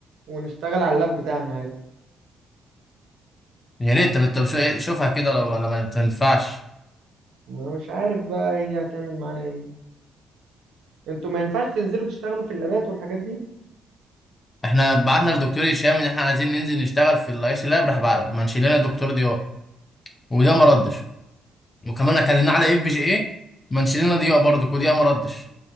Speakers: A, on the right (about 80°); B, on the left (about 25°).
A: ونشتغل على اللاب بتاعنا عادي
B: يا ريت طب طب شو- شوفها كده ولا ولا ما تنفعش
A: ما مش عارف بقى هي هتعمل معانا ايه انتوا ما ينفعش تنزلوا تشتغلوا في اللابات والحاجات دي
B: احنا بعتنا لدكتور هشام ان احنا عايزين ننزل نشتغل في الاي سي لاب راح بعت- منشي لنا دكتور ضياء وده ما ردش وكمان كلمناه على اف بي جي اي منشي لنا ضياء برضه وضياء ما ردش